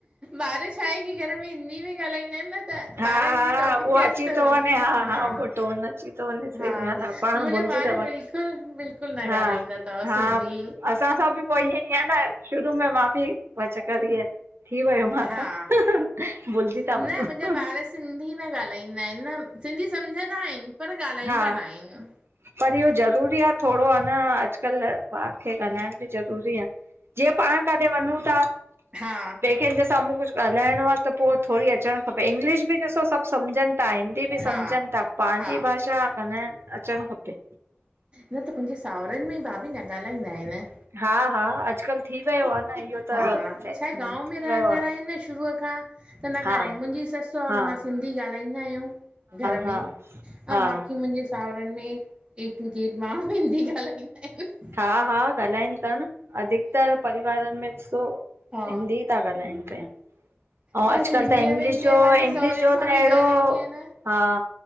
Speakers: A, on the right (about 25°); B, on the right (about 75°).
A: ॿार छा आहे की घर में हिंदी में ॻाल्हाईंदा आहिनि न त
B: हा
A: ॿारन
B: हा
A: जे टापिक
B: उहो
A: ते
B: अची
A: अच त
B: थो वञे
A: हा
B: उहो टोन अची थो वञे सही
A: हा
B: ॻाल्हि आहे पाण
A: मुहिंजा
B: भुलिजी
A: ॿार
B: था वञूं।
A: बिल्कुलु बिल्कुलु न
B: हा
A: ॻाल्हाईंदा तव
B: हा
A: सिंधी
B: असां सां बि पोइ ईअं ई आहे न शुरू में मां बि थी वियो मासां
A: हा
B: भुलजी था
A: न
B: वञो।
A: मुंहिंजा ॿार सिंधी न ॻाल्हाईंदा आहिनि न सिंधी सम्झंदा आहिनि पर ॻाल्हाईंदा
B: हा
A: न आहिनि।
B: पर इहो ज़रूरी आ थोरो आ न अॼुकल्ह ॿार खे ॻाल्हाइण बि ज़रूरी आ जीअं पाण काथे वञू था
A: हा
B: बे कहिं जे साम्हूं कुझु ॻाल्हाइणो आ त पो थोरी अचणु खपे इंग्लिश बि ॾिसो सभु सम्झनि ता हिंदी बि सम्झनि
A: हा
B: ता पंहिंजी
A: हा
B: भाषा ॻाल्हायण अचणु खपे
A: न त मुंहिंजे सावरनि में ई भाभी न ॻाल्हाईंदा आहिनि।
B: हा हा अॼुकल्ह थी वियो आ न इहो त
A: हा
B: थी
A: छा आहे गांव में रहंदड़
B: वियो आ
A: आहिनि न शुरूअ खां त न
B: हा
A: ॻाल्हायूं मुंहिंजी ससु और
B: हा हा
A: मां सिंधी ॻाल्हाईंदा आहियूं घर
B: हा
A: में ऐं
B: हा
A: बाक़ी मुंहिंजे सावरनि में ए टू जेड माण्हू हिंदी ॻाल्हाईंदा आहिनि।
B: हा हा ॻाल्हाइनि था न अधिकतर परिवारनि में ॾिसो
A: हा
B: हिंदी था ॻाल्हाइनि पिया। हा
A: मां
B: अॼुकल्ह
A: सिंधीअ
B: त इंग्लिश
A: में जीअं
B: जो
A: पंहिंजे
B: इंग्लिश
A: सहुरे
B: जो
A: सां
B: त
A: बि
B: अहिड़ो
A: ॻाल्हाईंदी आहियां न
B: हा।